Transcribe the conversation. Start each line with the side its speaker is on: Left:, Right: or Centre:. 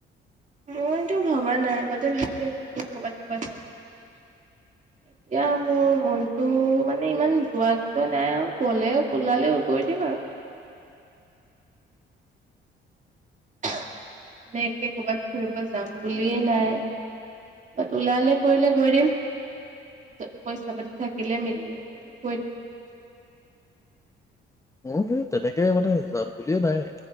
Right: মইতো ভবা নাই আগতে ভাবি আছিলো কৰ'বাত- ক'বাত যাম। এতিয়া মোৰ মনটো মানে ইমান যোৱা নাই আৰু গলে ওলালে উগৰি দিম আৰু আহ ', মানে একে কৰ'বাত ফুৰিব যাম বুলিয়ে নাই। কত ওলালে কৰিলে গৈ দিম। যা ', পইচা পাতি থাকিলে মিলি ল কৈ দিম।
Left: মোৰ সেই তেনেকে মানে যাম বুলিও নাই